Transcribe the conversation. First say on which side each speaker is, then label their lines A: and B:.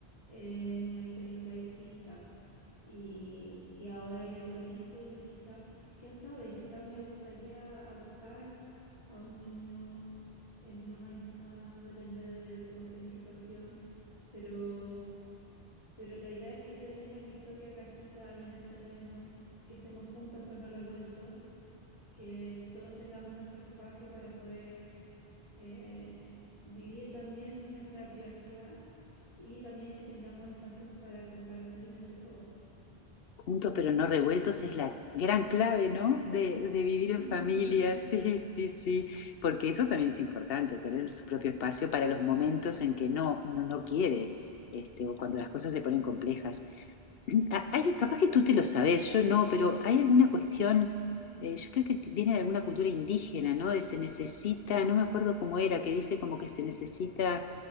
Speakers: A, on the left; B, on the left.
A: eh, es una experiencia distinta. Y, y ahora yo lo pienso y quizás, quién sabe, quizás me gustaría adoptar a un niño en unos años más, depende de cómo esté mi situación, pero pero la idea es que yo tenga mi propia casita allá en el terreno, que estemos juntos pero no revueltos, que todos tengamos nuestro espacio para poder eh, vivir también nuestra privacidad y también que tengamos espacios para compartir entre todos.
B: Juntos pero no revueltos es la gran clave, ¿no? De, de vivir en
A: <laughs>
B: familia, <laughs> sí, sí, sí, porque eso también es importante, tener su propio espacio para los momentos en que no, uno no quiere, este, o cuando las cosas se ponen complejas a- Hay, capaz que tú te lo sabes, yo no, pero hay alguna cuestión, eh, yo creo que t- viene de alguna cultura indígena, ¿no? De se necesita, no me acuerdo cómo era, que dice como que se necesita